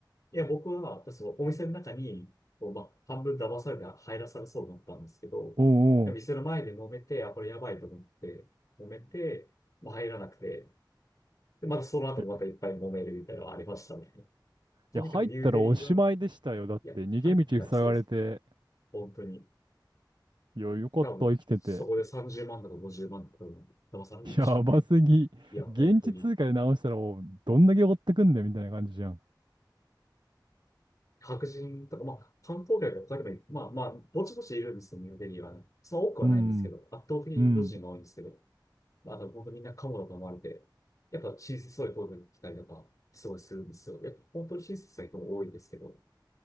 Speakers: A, on the left; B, on the right.
A: いや、僕は、そのお店の中に、こうまあ、半分騙されて入らされそうだったんですけど、
B: うんうん。
A: 店の前で揉めて、あ、これやばいと思って、揉めて、まあ、入らなくて、で、またその後もまたいっぱい揉めるみたいなのがありましたね。
B: えい
A: とにかくニューデリーは、
B: や、入ったらおしまいでしたよ。だって、
A: いや、
B: 逃げ道塞がれて。
A: 入ったらそうです。本当に。
B: いや、よかった、
A: 多分、
B: 生きてて。
A: そこで30万とか50万とか騙されるんでしょうね。
B: やばすぎ。
A: いや、本当に。
B: 現地通貨で直したらもう、どんだけ追ってくんだよ、みたいな感じじゃん。
A: 白人とか、まあ、観光客が他にもい、まあまあ、ぼちぼちいるんですよね、ニューデリーはね。その多くはないんですけど、
B: うん、
A: 圧倒的にインド人が多いんですけど、
B: うん。
A: まあ、あと本当みんなカモだと思われて、やっぱ親切そういう声が来たりとか、すごいするんですよ。やっぱ本当に親切な人も多いんですけど、